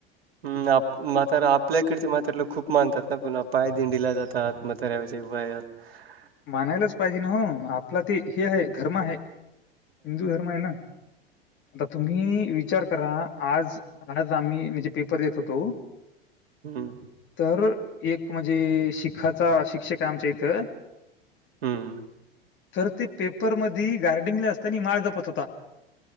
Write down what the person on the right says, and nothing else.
ह आप म्हातारा आपल्याकडचे म्हातारा लोक खूप मानतात ना पुन्हा पाय दिंडीला जातात म तराज बात <unintelligible>
हम्म
हं..